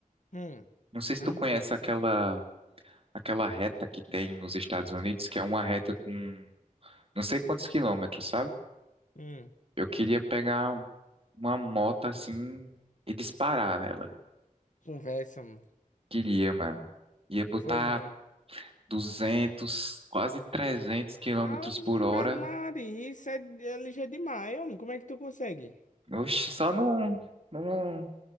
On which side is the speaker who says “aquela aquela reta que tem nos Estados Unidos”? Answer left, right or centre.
Right